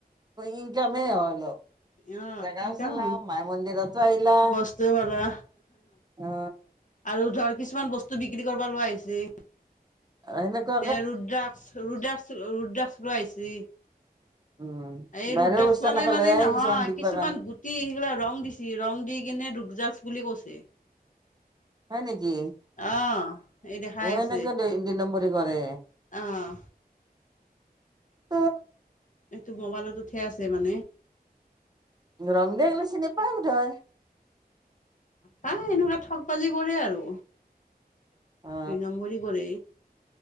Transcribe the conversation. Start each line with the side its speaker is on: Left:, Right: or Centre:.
Right: ইনকামেই আৰু অলপ।
Left: অ
Right: জাগাও
Left: একদম
Right: চালা মায় মন্দিৰাটো আহিলা।
Left: বস্তু পালা
Right: অ।
Left: আৰু ধৰ কিছুমান বস্তু বিক্ৰী কৰিব লগোৱা আহিছে।
Right: এনেকে।
Left: এ ৰুদ্ৰাক ৰুদ্ৰাস ৰুদ্ৰাস লৈ আহিছে।
Right: উম
Left: এই
Right: বাহিৰৰ
Left: ৰুদ্ৰাস
Right: বস্তু
Left: মানে
Right: এনেকে
Left: মানে
Right: লৈ আহে
Left: নহয়
Right: কিছুমান বিকবা
Left: কিছুমান
Right: কাৰণে
Left: গোট। কি সেইগিলা ৰং দিছে ৰং দি কিনে ৰুদ্ৰাকজাক বুলি কৈছে।
Right: হয় নেকি?
Left: আহ এই দেখাই
Right: অ
Left: আছে
Right: এনেকে দু নম্বৰি কৰে।
Left: আহ
Right: এ।
Left: এইটো মোবাইলত‌ উঠি আছে মানে।
Right: ৰং দে গ'লে চিনি পাই বোধ হয়।
Left: পাই এনেকুৱা ঠগ বাজি কৰে আৰু।
Right: অ
Left: দুই নম্বৰি কৰে।